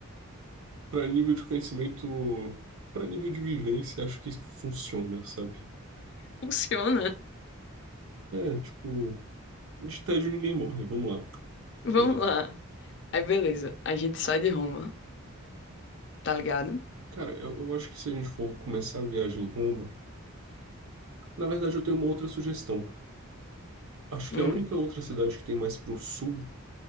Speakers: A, on the right (about 70°); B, on the left (about 50°).
A: para nível de conhecimento, para nível de vivência, acho que funciona, sabe?
B: Funciona.
A: É, tipo, de tédio ninguém morre, vamos lá. É,
B: Vamos lá. Aí, beleza. A gente sai de Roma, tá ligado?
A: cara, eu, eu acho que se a gente for começar a viagem em Roma, na verdade eu tenho uma outra sugestão. Acho
B: Hum,
A: que a única outra cidade que tem mais pro sul